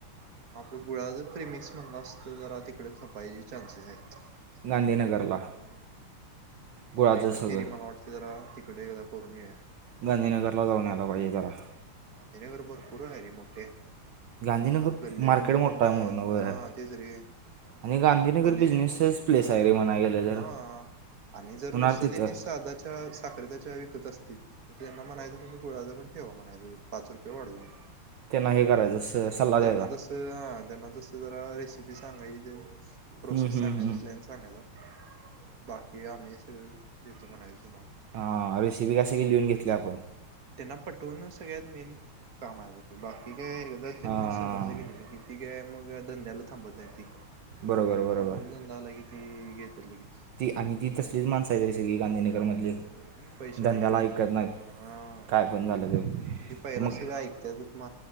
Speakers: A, on the right (about 45°); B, on the right (about 65°).
A: त्यामुळं आपल गुळाचं प्रेमिक्स म्हणलास तर, जरा तिकडं खपायचे चान्सेस आहेत.
B: गांधीनगरला.
A: हम्म
B: गुळाचं
A: पहिला
B: सगळं
A: फेरी मला वाटतय जरा, तिकडं एकदा करून येऊया.
B: गांधीनगरला जाऊन यायला
A: हम्म,
B: पाहिजे जरा
A: गांधीनगर भरपूर आहे रे मोठे.
B: गांधीनगर
A: आत गल्ल्या
B: मार्केट
A: बिल्यात
B: मोठं
A: पण हायत
B: आहे म्हणून वगैरे
A: हा तेच रे.
B: आणि गांधीनगर
A: भले
B: बिझनेसचंच प्लेस आहे रे म्हणाय गेलं तर.
A: हा आणि जर
B: होणार
A: नुसतं
B: तिथं
A: त्यांनी सादा चहा, साखरेचा चहा विकत असतील तर त्यांना म्हणायचं तुम्ही गुळाचा पण ठेवा म्हणायचं, पाच रुपये वाढवून.
B: त्यांना हे करायचं स सल्ला द्यायचा
A: त्यांना तसं हा त्यांना तसं जरा रिस पी सांगायची तेन प्रोसेस
B: हं हं
A: सांगायच
B: हं
A: प्लॅन सांगायचा, बाकी आम्ही सगळं देतो म्हणायचं तुम्हाला
B: हा रेसिपी काय सगळी लिहून घेतल्या आपण.
A: त्यांना पटवून सगळ्यात, मेन काम हाय बघ बाकी काय एकदा त्यांनी
B: हां
A: समजली की नाय, कि ती काय मग अ धंद्याला थांबत नायती.
B: बरोबर बरोबर
A: समोरून धंदा आला कि, ती घेत्यात लगेच.
B: ती आणि ती तसलीच माणसं आहे रे ती सगळी गांधीनगरमधली.
A: होय पैशासाठी
B: धंद्याला
A: म्हणणार,
B: ऐकत नाहीत
A: होय होय हा.
B: काय पण झालं
A: आणि ते पहिला
B: तर मग
A: सगळं ऐकत्यातच <unintelligible>